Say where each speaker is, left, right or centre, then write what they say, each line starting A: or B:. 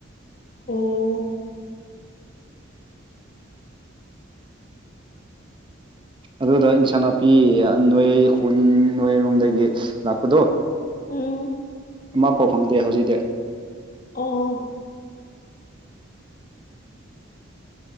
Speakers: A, on the left (about 45°); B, on the right (about 25°).
A: ꯑꯣ
B: ꯑꯗꯨꯗ ꯏꯟꯁꯥꯡ ꯅꯥꯄꯤ ꯅꯣꯏ ꯈꯨꯟ ꯅꯣꯏꯔꯣꯝꯗꯒꯤ ꯂꯥꯛꯄꯗꯣ
A: ꯎꯝ
B: ꯏꯐꯥꯎ ꯐꯪꯗꯦ ꯍꯧꯖꯤꯛꯇꯤ
A: ꯑꯣ